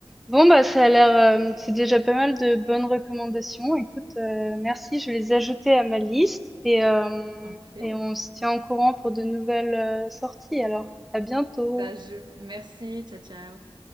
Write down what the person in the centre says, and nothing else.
Bon, bah, ça a l'air, euh, c'est déjà pas mal de bonnes recommandations. Écoute, euh, merci, je vais les ajouter à ma liste et, euh,
et on se tient au courant pour de nouvelles euh, sorties. Alors, à bientôt.